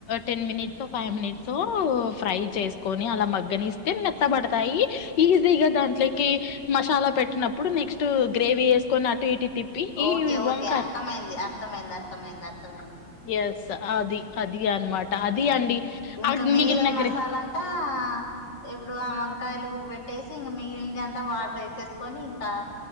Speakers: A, on the left; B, on the left.
A: టెన్ మినిట్స్ ఫైవ్ మినిట్స్ఫ్రై చేసుకొని అలా మగ్గనిస్తే మెత్తబడతాయి ఈజీగా దాంట్లోకి మసాలా పెట్టినప్పుడు నెక్స్ట్ గ్రేవీ ఎసుకొని అటు ఇటు తిప్పి ఈ
B: ఓకే ఓకే
A: వంకాయ
B: అర్థమైంది అర్థమైంది అర్థమైంది అర్థమైంది
A: ఎస్ అది అది అనమాట అది అండి
B: ఇంకా మిగిలిన
A: మీకు
B: మసాలాంతా ఇప్పుడు ఆ వంకాయలు పెట్టేసి ఇంక మిగిలిన అంతా వాటర్ ఎసేసుకొని ఇంకా